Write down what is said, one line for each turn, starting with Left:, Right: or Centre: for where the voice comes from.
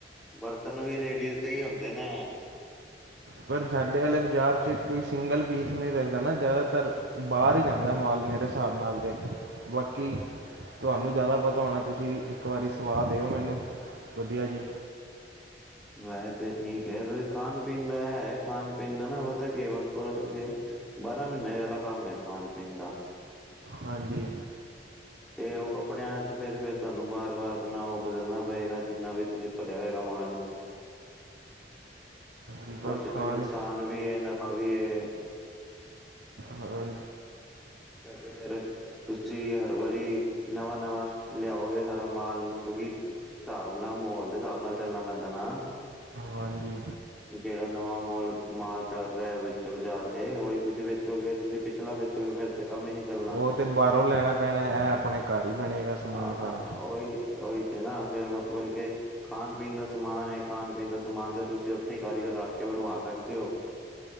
Centre: ਬਰਤਨ ਵੀ ਲੇਡੀਜ਼ ਦੇ ਹੀ ਹੁੰਦੇ ਨੇ।
Right: ਪਰ ਸਾਡੇ ਵਾਲੇ ਬਾਜ਼ਾਰ ਚ ਕੋਈ ਸਿੰਗਲ ਪੀਸ ਨਹੀਂ। ਦਾ ਨਾ ਜ਼ਿਆਦਾਤਰ ਬਾਹਰ ਹੀ ਜਾਂਦਾ ਮਾਲ ਮੇਰੇ ਹਿਸਾਬ ਨਾਲ ਤੇ ਬਾਕੀ। ਤੁਹਾਨੂੰ ਜ਼ਿਆਦਾ ਪਤਾ ਹੋਣਾ, ਤੁਸੀਂ ਇੱਕ ਵਾਰੀ ਸਲਾਹ ਦਿਓ ਮੈਨੂੰ ਵਧੀਆ ਜੀ।
Centre: ਵੈਸ ਤਾਂ ਠੀਕ ਹੈ, ਤੁਸੀ ਖਾਣ ਪੀਣ ਦਾ ਹੈ ਖਾਣ ਪੀਣ ਦਾ ਨਾ ਪਤਾ ਕੇ ਮਤਲਬ ਕੇ। ਬਾਰਾਂ ਮਹੀਨੇ ਵਾਲਾ ਕੰਮ ਹੈ, ਖਾਣ ਪੀਣ ਦਾ।
Right: ਹਾਂਜੀ।
Centre: ਤੇ ਉਹ ਕੱਪੜਿਆਂ ਚ ਫੇਰ, ਫੇਰ ਤੁਹਾਨੂੰ ਬਾਰ ਬਾਰ ਆਪਣਾ ਉਹ ਬਦਲਣਾ। ਪਏਗਾ ਜਿੰਨਾ ਵੀ ਤੁਸੀਂ ਭਰਿਆ ਹੋਗਾ ਮਾਲ।
Right: ਜਬਰ
Centre: ਉਹ ਚ
Right: ਖਾਨ
Centre: ਫਿਰ ਨੁਕਸਾਨ ਵੀ ਹੈ ਨਫ਼ਾ ਵੀ ਹੈ।
Right: ਹੋਰ
Centre: ਫਿਰ, ਤੁਸੀਂ ਹਰ ਵਾਰੀ ਨਵਾਂ, ਨਵਾਂ ਲਿਆਓਗੇ ਸਾਰਾ। ਮਾਲ ਕਿਉਂਕਿ ਹਿਸਾਬ ਨਾਲ ਮਾਹੌਲ ਦੇ ਹਿਸਾਬ ਨਾਲ ਚੱਲਣਾ ਪੈਂਦਾ ਨਾ।
Right: ਹਾਂਜੀ।
Centre: ਜਿਹੜਾ ਨਵਾਂ ਮੋਲ ਮਾਲ ਚੱਲ ਰਿਹਾ ਵਿਚ ਬਾਜ਼ਾਰ ਦੇ ਉਹੀ ਤੁਸੀਂ ਵੇਚੋਗੇ ਤੁਸੀਂ ਪਿਛਲਾ ਵੇਚੋਗੇ ਫੇਰ ਤੇ ਕੰਮ ਹੀ ਨਹੀਂ ਚੱਲਣਾ।
Right: ਉਹ ਤੇ ਬਾਹਰੋਂ ਲੈਣਾ ਪੈਣਾ, ਇਹ ਆਪਣੇ ਘਰ ਹੀ ਬਣੇਗਾ ਸਮਾਨ
Centre: ਅ
Right: ਸਾਰਾ
Centre: ਅ, ਉਹੀ ਉਹੀ ਤੇ ਨਾ, ਫੇਰ ਮਤਲਬ ਕੇ। ਖਾਣ ਪੀਣ ਦਾ ਸਮਾਨ ਹੈ, ਖਾਣ ਪੀਣ ਦਾ ਸਮਾਨ ਤੇ ਤੁਸੀਂ ਉੱਥੇ ਹੀ ਕਾਰੀਗਰ ਰੱਖ ਕੇ ਬਣਵਾ ਸਕਦੇ ਹੋ।